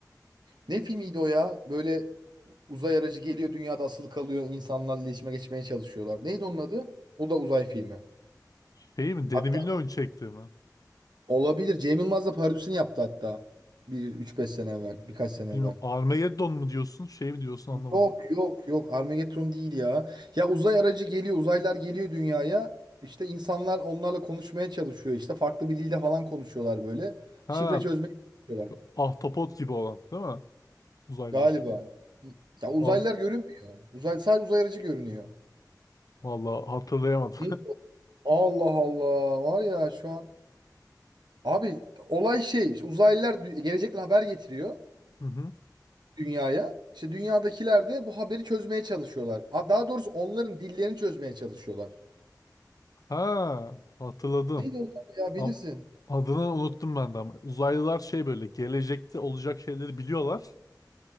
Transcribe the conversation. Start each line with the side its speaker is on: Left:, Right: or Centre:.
Right: ne filmiydi o ya? Böyle uzay aracı geliyor dünyada asılı kalıyor insanlarla iletişime geçmeye çalışıyorlar. Neydi onun adı? O da uzay filmi.
Left: Şey mi? Denis
Right: Hatta
Left: Villeneuve çekti mi?
Right: olabilir. Cem Yılmaz da parodisini yaptı hatta. Bir üç beş sene evvel, birkaç sene
Left: Bilmiyorum.
Right: evvel.
Left: Armageddon mu diyorsun? Şey mi diyorsun anlamadım.
Right: Yok yok yok Armageddon değil ya. Ya uzay aracı geliyor, uzaylılar geliyor dünyaya. İşte insanlar onlarla konuşmaya çalışıyor. İşte farklı bir dilde falan konuşuyorlar böyle.
Left: Ha,
Right: Şifre çözmeye çalışıyorlar
Left: Ahtapot gibi olan değil mi? Uzaylılar.
Right: galiba. Ya uzaylılar
Left: Val
Right: görünmüyor. Uzay sadece uzay aracı görünüyor.
Left: Vallahi hatırlayamadım.
Right: Ne? Allah Allah var ya şu an abi olay şey işte uzaylılar dü- gelecekten haber getiriyor
Left: <laughs> Hı hı.
Right: dünyaya. İşte dünyadakiler de bu haberi çözmeye çalışıyorlar. Ha, daha doğrusu onların dillerini çözmeye çalışıyorlar.
Left: Ha, hatırladım.
Right: Neydi onlar ya bilirsin.
Left: Am- Adını unuttum ben de ama uzaylılar şey böyle gelecekte olacak şeyleri biliyorlar.